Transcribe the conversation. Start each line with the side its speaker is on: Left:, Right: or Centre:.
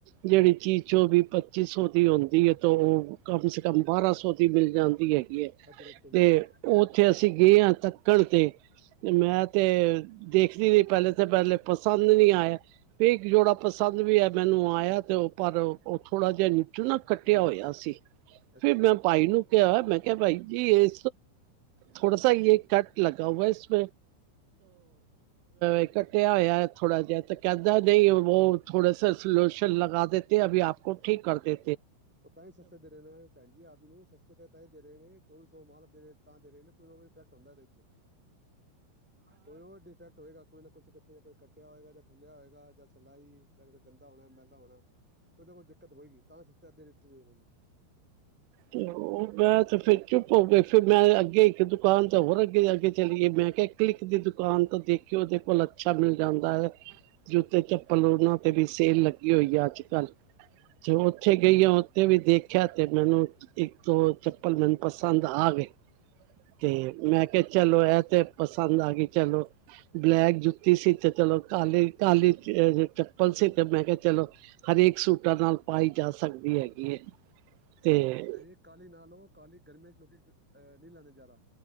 Right: ਜਿਹੜੀ
Centre: ਹਮ ਹਮ
Right: ਚੀਜ਼ ਪੱਚੀ ਸੌ ਦੀ ਆਉਂਦੀ ਹੈ ਤਾਂ ਉਹ ਕਮ ਸੇ ਕਮ ਬਾਰਾਂ ਸੌ ਦੀ ਮਿਲ ਜਾਂਦੀ ਹੈਗੀ ਹੈ
Centre: ਅੱਧੇ ਰੇਟ ਨਹੀਂ
Right: ਤੇ
Centre: ਜਾਂਦੀ
Right: ਉੱਥੇ ਅਸੀਂ ਗ ਹ ਤੱਕਣ ਤੇ ਮੈਂ ਤੇ ਦੇਖਦੀ ਰ ਪਹਿਲੇ ਤਾਂ ਪਹਿਲੇ ਪਸੰਦ ਨਹੀਂ ਆਇਆ ਵੀ ਜੋੜਾ ਪਸੰਦ ਵੀ ਆ ਮੈਨੂੰ ਆਇਆ ਤੇ ਉਹ ਪਰ ਉਹ ਥੋੜਾ ਜਿਹਾ ਨਿੱਚੂ ਨਾ ਕੱਟਿਆ ਹੋਇਆ ਸੀ
Centre: ਅੱਛਾ
Right: ਫਿਰ ਮੈਂ ਪਾਈ ਨੂੰ ਕਿਆ ਮੈਂ ਕਿਹਾ ਭਾਈ ਜੀ ਇਹ ਥੋੜਾ ਇਹ ਕੱਟ ਲੱ ਵੈਸਟ ਇਕੱ ਟਿਆ ਹੋਇਆ ਥੋੜਾ ਜਿਹਾ ਤਾਂ ਕਹਿੰਦਾ ਨਹੀਂ ਉਹ ਬਹੁਤ <inaudible> ਲਗਾਦੇਤੇ ਅਭ ਆਪ ਉਹ ਠੀਕ ਕਰਦੇ
Centre: ਉਹ ਤਾਂ ਹੀ ਸਸਤੇ ਦੇ ਰਹੇ ਨੇ ਭੈਣ ਜੀ ਆਪ ਨੂੰ ਸਸਤੇ ਤੇ ਤਾਂ ਹੀ ਦੇ ਰਹੇ ਨੇ ਚੌਵੀ ਸੌ ਮ ਦੇ ਤਾਂ ਦੇ ਰਹੇਦੇ ਕੋਈ ਨਾ ਕੋਈ ਘੱਟ ਹੁੰਦਾ ਇਹਦੇ ਵਿੱਚ ਕੋਈ ਹੋ ਡਿਫੈਕਟ ਹੋਏਗਾ ਕੋਈ ਨਾ ਕੁਛ ਇੱਥੇ ਕੋਈ ਕੱਟਿਆ ਹੋਏਗਾ ਜਾਂ ਖੁੱਲਿਆ ਹੋਏਗਾ ਜਾਂ ਸਿਲਾਈ ਜਾਂਤੇ ਗੰਦਾ ਹੋਣਾ ਮਹਿਲਾ ਹੋਣਾ ਕੁੱ ਨਾ ਕੁਝ ਦਿੱਕਤ ਹੋਏਗੀ ਤਾਂ ਸਟ ਦੇ ਰਹੇ ਨੇ
Right: ਤੇ ਉਹ ਮੈਂ ਤੇ ਫੇਿਰ ਚੁੱਪ ਹੋ ਗ ਫਿਰ ਮੈਂ ਅੱਗੇ ਇੱਕ ਦੁਕਾਨ ਚ ਹੋਰ ਅੱਗੇ ਅਗੇ ਚਲੀਏ ਮੈਂ ਕਿਹਾ ਕਲਿੱ ਦੀ ਦ ਦੁਕਾਨ ਤਾਂ ਦੇਖਿਓ ਉਹਦੇ ਕੋਲ ਅੱਛਾ ਮਿਲ ਜਾਂਦਾ ਹੈ ਜੁਤੇ ਚੱਪਲ ਉਹਨਾਂ ਤੇ ਵੀ ਸੇਲ ਲੱਗੀ ਹੋਈ ਆ ਅੱਜ ਕੱਲ ਤੇ ਉੱਥੇ ਗਈ ਆ ਉੱਥੇ ਵੀ ਦੇਖਿਆ ਤੇ ਮੈਨੂੰ ਇੱਕ ਦੋ ਚੱਪਲ ਮੈਨੂੰ ਪਸੰਦ ਆ ਗਏ ਤੇ ਮੈਂ ਕਿਹਾ ਚਲੋ ਇਹ ਤੇ ਪਸੰਦ ਆ ਗਈ ਚਲੋ ਬਲੈਕ ਜੁੱਤੀ ਸੀ ਤੇ ਚਲੋ ਕੀ ਕਾਲੀ ਚੱਪਲ ਸੀ ਤੇ ਮੈਂ ਕਿਹਾ ਚਲੋ ਹਰੇਕ ਸੂਟਾਂ ਨਾਲ ਪਾਈ ਜਾ ਸਕਦੀ ਹੈਗੀ ਹੈ ਤੇ
Centre: ਅਰੇ ਕਾਹਲੀ ਨਾ ਲਓ ਕਾਹਲੀ ਗਰਮੀਆਂ ਚ ਲੋਕੀ ਅਹ ਨਹੀਂ ਲੈਂਦੇ ਜ਼ਿਆਦਾ